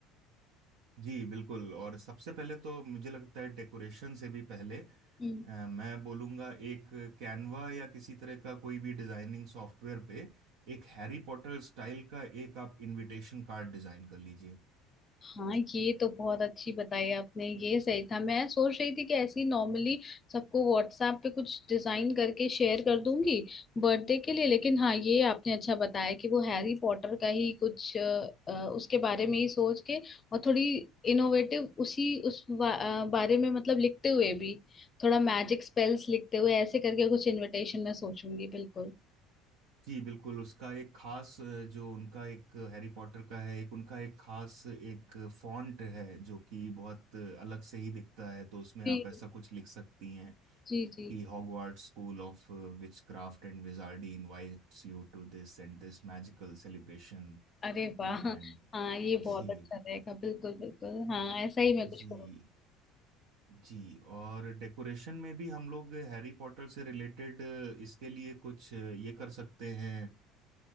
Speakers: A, on the right; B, on the left.
A: जी बिल्कुल और सबसे पहले तो मुझे लगता है डेकोरेशन से भी पहले
B: हम्म
A: अ, मैं बोलूँगा एक कैनवा या किसी तरह का कोई भी डिजाइनिंग सॉफ्टवेयर पे एक हैरी पॉटर स्टाइल का एक आप इनविटेशन कार्ड डिजाइन कर लीजिए
B: हाँ ये तो बहुत अच्छी बताई आपने ये सही था मैं सोच रही थी कि ऐसे ही नॉर्मली सबको व्हाट्सएप पे कुछ डिजाइन करके शेयर कर दूंगी बर्थडे के लिए लेकिन हाँ ये आपने अच्छा बताया कि वो हैरी पॉटर का ही कुछ अ, अ, उसके बारे में ही सोच के और थोड़ी इनोवेटिव उसी उस बा, अ, बारे में मतलब लिखते हुए भी थोड़ा मैजिक स्पेल्स लिखते हुए ऐसे करके कुछ इनविटेशन मैं सोचूंगी बिल्कुल
A: जी बिल्कुल उसका एक खास अ, जो उनका एक हैरी पॉटर का है एक उनका एक खास एक फॉन्ट है जो कि बहुत अलग से ही दिखता है तो उसमें
B: जी
A: आप ऐसा कुछ लिख सकती हैं
B: जी जी
A: कि Hogwarts school of witchcraft and wizardry invites you to this and this magical celebration
B: अरे वाह
A: and
B: हाँ ये
A: जी
B: बहुत अच्छा रहेगा बिल्कुल बिल्कुल हाँ ऐसा ही मैं
A: जी
B: कुछ करूंगी
A: जी और डेकोरेशन में भी हम लोग हैरी पॉटर से रिलेटेड इसके लिए कुछ ये कर सकते हैं